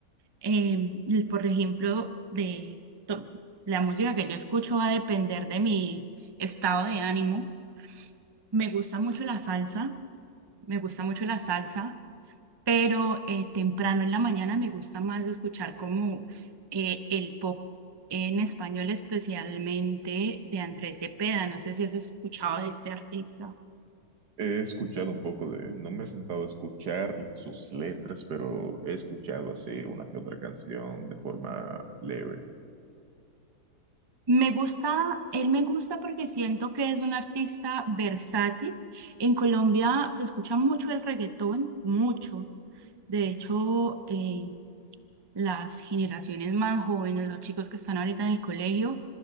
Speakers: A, on the right; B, on the right.
A: Em, y por ejemplo, de to- la música que yo escucho va a depender de mi estado de ánimo. Me gusta mucho la salsa, me gusta mucho la salsa, pero eh, temprano en la mañana me gusta más escuchar como eh, el pop en español, especialmente de Andrés Cepeda. No sé si has escuchado de este artista.
B: He escuchado un poco de él, no me he sentado a escuchar sus letras, pero he escuchado así una que otra canción de forma leve.
A: Me gusta, él me gusta porque siento que es un artista versátil. En Colombia se escucha mucho el reggaetón, mucho. De hecho, eh, las generaciones más jóvenes, los chicos que están ahorita en el colegio,